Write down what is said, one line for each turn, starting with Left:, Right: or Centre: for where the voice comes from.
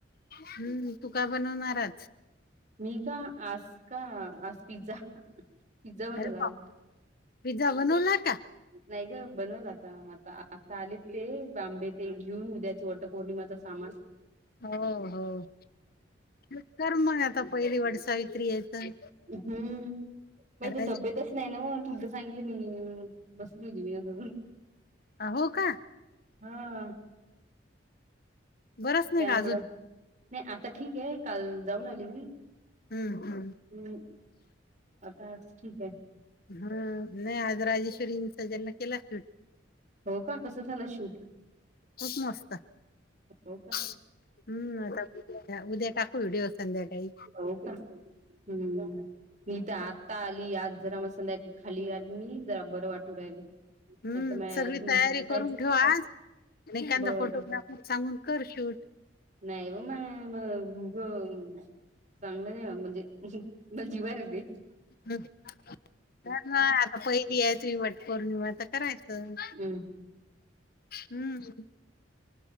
Left: हम्म तू का बनवणार आज
Right: मी का आज का आज पिझ्झा पिझ्झा बनवला
Left: अरे
Right: आज
Left: बाप पिझ्झा बनवला का
Right: नाही ग बनवल आता आता आता आले ते बांबे ते घेऊन उद्याचे वटपौर्णिमाचा सामान
Left: हो हो कर मग आता पहिली वटसावित्री आहे तर
Right: हम्म मही तर
Left: राजे
Right: तब्येतच नाही ना मग तुल तर सांगली मी बसली होती मी आता जेवण
Left: हो का
Right: झाले हं
Left: बरंच नाही
Right: त्यामुळं
Left: का अजून
Right: नाही आता ठीक आहे काल जाऊन आली मी
Left: हम्म हम्म
Right: हम् आता ठीक आहे
Left: ह नाही आज राजेश्वरींचा ज्यांना केला शूट
Right: हो का कसं झालं शूट
Left: खूप मस्त
Right: हो का
Left: हम्म आता उद्या टाक भेटूया संध्याकाळी
Right: हो का हम्म मी तर आत्ता आली आज जरा मसधाय खाली आली मी जरा बरं वाटू राहिलं
Left: हम्म
Right: आता म
Left: सगळी तयारी
Right: काहीच
Left: करून ठेव आज एखदा
Right: बरं
Left: फोटोग्राफर सांगून कर शूट
Right: नाही व माय म ग म चांगलं नाही म्हणजे पण जीवार येते
Left: ह करना आता पहिली आहे तुही वट पौर्णिमा तर करायचं
Right: हम्म
Left: ह